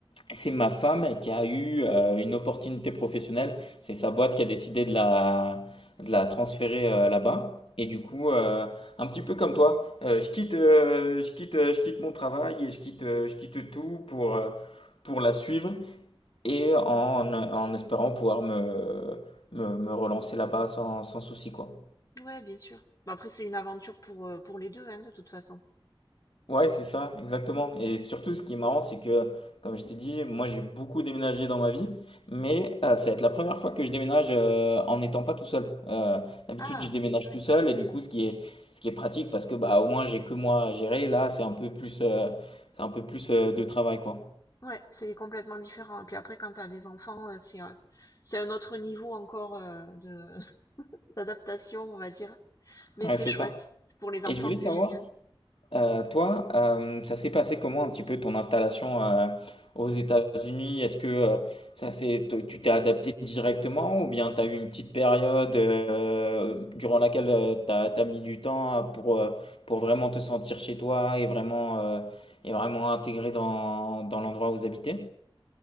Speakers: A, on the left; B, on the left.
A: c'est ma femme qui a eu euh, une opportunité professionnelle. C'est sa boîte qui a décidé de la, de la transférer euh, là-bas. Et du
B: Mmh
A: coup, euh, un petit peu comme toi, euh, je quitte, euh, je quitte, euh, je quitte mon travail et je quitte, euh, je quitte tout pour, euh, pour la suivre et en, en espérant pouvoir me, me, me relancer là-bas sans, sans souci, quoi.
B: Ouais, bien sûr. Bah, après c'est une aventure pour, heu, pour les 2 hein, de toute façon.
A: Ouais, c'est ça, exactement.
B: Mmh.
A: Et surtout, ce qui est marrant, c'est que, comme je t'ai dit, moi j'ai beaucoup déménagé dans ma vie, mais euh, ça va être la première fois que je déménage euh, en n'étant pas tout seul. Euh, d'habitude,
B: Ah!
A: je déménage
B: Oui.
A: tout seul, et du coup, ce qui est, ce qui est pratique, parce que bah, au moins j'ai que moi à gérer, là, c'est un peu plus, euh, c'est un peu plus euh, de travail, quoi.
B: Ouais, c'est complètement différent. Et puis après, quand tu as les enfants, euh, c'est un, c'est un autre niveau encore euh, de <laughs> d'adaptation, on va dire. Mais
A: Ouais,
B: c'est
A: c'est
B: chouette.
A: ça.
B: Pour les enfants,
A: Et je voulais
B: c'est
A: savoir,
B: génial.
A: Euh, toi, euh, ça s'est passé comment un petit peu ton installation euh, aux États-Unis? Est-ce que euh, ça s'est, t- tu t'es adapté directement ou bien tu as eu une petite période euh, durant laquelle tu as, mis du temps à- pour, euh, pour vraiment te sentir chez toi et vraiment, euh, et vraiment intégré dans, dans l'endroit où vous habitez?